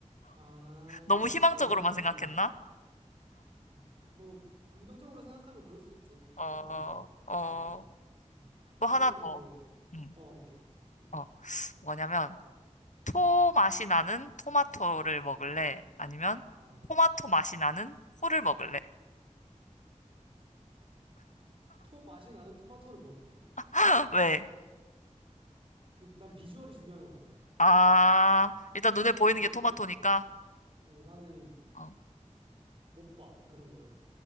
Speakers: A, on the right (about 45°); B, on the left (about 75°).
A: 아,
B: 너무 희망적으로만
A: 멀리까지.
B: 생각했나?
A: 아, 그 뭐, 긍정적으로 생각하면 그럴 수 있지.
B: 어,
A: 충분히.
B: 어.
A: 어, 음.
B: 또
A: 나는
B: 하나 더,
A: 뭐,
B: 음,
A: 어, 오케이. 음.
B: 어, 뭐냐면, 토 맛이 나는 토마토를 먹을래? 아니면,
A: 아,
B: 토마토 맛이 나는 코를 먹을래?
A: 토 맛이 나는 토마토를 먹을게.
B: <laughs> 왜?
A: 그, 난 비주얼이 중요한 것 같아.
B: 아, 일단 눈에 보이는
A: 나는,
B: 게 토마토니까,
A: 맞아, 나는
B: 어,
A: 못 봐. 그런 거를.